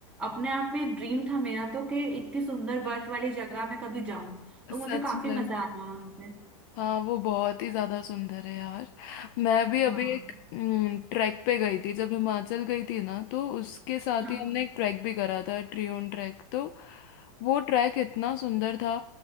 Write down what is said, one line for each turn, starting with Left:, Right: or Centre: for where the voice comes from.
Centre: अपने आप में एक ड्रीम था मेरा तो कि इतनी सुंदर बर्फ वाली जगह में कभी जाऊं तो मुझे
Left: सच
Centre: काफी
Left: में
Centre: मजा आया वहां पे
Left: हाँ वो बहुत ही ज्यादा सुंदर है यार मैं भी अभी
Centre: हाँ
Left: एक ट्रैक पे गई थी जब हिमाचल गई थी ना तो उसके साथ
Centre: हाँ
Left: ही हमने एक ट्रैक भी करा था ट्रियोन ट्रैक तो वो ट्रैक इतना सुंदर था